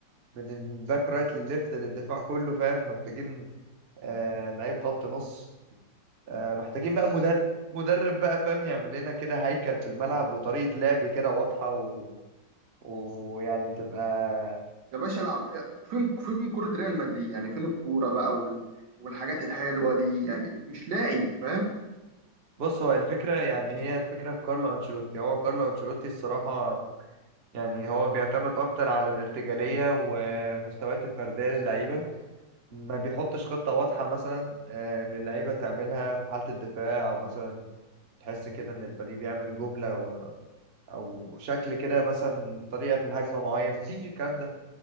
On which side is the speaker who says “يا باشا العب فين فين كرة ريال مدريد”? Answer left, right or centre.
Right